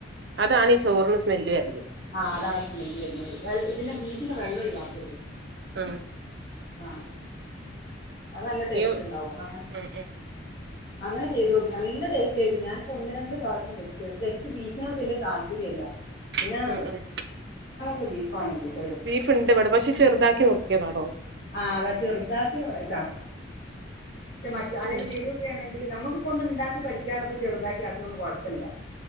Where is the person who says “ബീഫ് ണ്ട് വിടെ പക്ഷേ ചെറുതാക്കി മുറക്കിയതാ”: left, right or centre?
Right